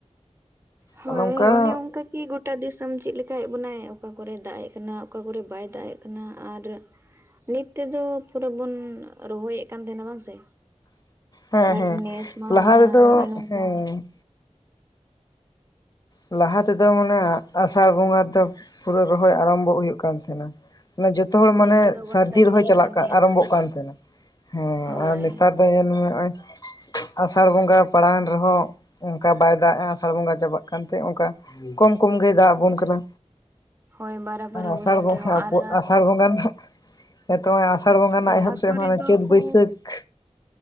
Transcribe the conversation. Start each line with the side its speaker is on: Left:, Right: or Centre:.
Right: ᱦᱳᱭ
Left: ᱟᱫᱚ ᱚᱱᱠᱟ
Right: ᱚᱱᱮ ᱚᱱᱠᱟᱼᱼ ᱠᱤ ᱜᱚᱴᱟ ᱫᱤᱥᱚᱢ ᱪᱮᱫ ᱞᱮᱠᱟᱭ ᱮᱫ ᱵᱚᱱᱟᱭ ᱚᱠᱟ ᱠᱚᱨᱮ ᱫᱟᱜ ᱮᱫ ᱠᱟᱱᱟ ᱚᱠᱟ ᱠᱚᱨᱮ ᱵᱟᱭ ᱫᱟᱜ ᱮᱫ ᱠᱟᱱᱟ ᱟᱨᱼᱼ ᱱᱤᱛ ᱛᱮ ᱫᱚ ᱯᱩᱨᱟᱹ ᱵᱩᱱ ᱨᱚᱦᱚᱭᱮ ᱠᱟᱱ ᱛᱟᱦᱮᱸᱱᱟ ᱵᱟᱝᱥᱮ
Left: ᱦᱮᱸ
Right: ᱟᱨ
Left: ᱦᱮᱸ
Right: ᱱᱮᱥ ᱢᱟ
Left: ᱞᱟᱦᱟ ᱨᱮᱫᱚ
Right: ᱱᱚᱜᱼᱚᱭ ᱱᱚᱝᱠᱟᱼᱼ
Left: ᱦᱮᱸ ᱞᱟᱦᱟ ᱛᱮᱫᱚ ᱢᱟᱱᱮ ᱟᱥᱟᱲ ᱵᱚᱸᱜᱟ ᱫᱚᱼᱼ ᱯᱩᱨᱟᱹ ᱨᱚᱦᱚᱭ ᱟᱨᱟᱢ ᱵᱷᱚᱜ ᱦᱩᱭᱩᱜ ᱠᱟᱱ ᱛᱟᱦᱮᱸᱱᱟ <unintelligible> ᱡᱚᱛᱚ ᱡᱚᱛᱚ ᱦᱚᱲ ᱢᱟᱱᱮ
Right: ᱱᱤᱛ ᱛᱮᱫᱚ
Left: ᱥᱟᱹᱨᱫᱤ
Right: ᱵᱚᱱ ᱥᱟᱹᱨᱫᱤᱭᱮᱫ
Left: ᱨᱚᱦᱚᱭ ᱪᱟᱞᱟᱜ ᱠᱟᱱ
Right: ᱛᱟᱦᱮᱱᱟ
Left: ᱟᱨᱟᱢᱵᱷᱚᱜ ᱠᱟᱱ ᱛᱟᱦᱮᱸᱱᱟ ᱦᱮᱸ
Right: ᱦᱳᱭ
Left: ᱟᱨ ᱱᱮᱛᱟᱨᱼᱼ <unintelligible> ᱟᱥᱟᱲ ᱵᱚᱸᱜᱟ ᱯᱟᱲᱟᱣ ᱮᱱ ᱨᱮᱦᱚᱸ ᱚᱱᱠᱟ ᱵᱟᱭ ᱫᱟᱜ ᱮᱼᱟ ᱟᱥᱟᱲ ᱵᱚᱸᱜᱟ ᱪᱟᱵᱟᱜ ᱠᱟᱱᱛᱮ ᱚᱱᱠᱟ ᱠᱚᱢ ᱠᱚᱢ ᱜᱮᱭ ᱫᱟᱜ ᱟᱵᱚᱱ ᱠᱟᱱᱟ
Right: ᱦᱳᱭ ᱵᱟᱨᱟᱵᱟᱨᱤ
Left: ᱟᱥᱟᱲ
Right: ᱦᱩᱭᱮᱱ
Left: ᱵᱚᱸᱜᱟ
Right: ᱨᱮᱦᱚᱸ ᱟᱨ
Left: ᱟᱥᱟᱲ ᱵᱚᱸᱜᱟ ᱨᱮᱱᱟᱜ <unintelligible> ᱟᱥᱟᱲ ᱵᱚᱸᱜᱟ ᱨᱮᱱᱟᱜ
Right: ᱡᱟᱦᱟᱸ
Left: ᱮᱦᱚᱵ ᱥᱮᱫ
Right: ᱠᱚᱨᱮ
Left: ᱦᱚᱸ
Right: ᱫᱚᱠᱚ
Left: ᱪᱟᱹᱛ ᱵᱟᱹᱭᱥᱟᱹᱠᱷᱼᱼ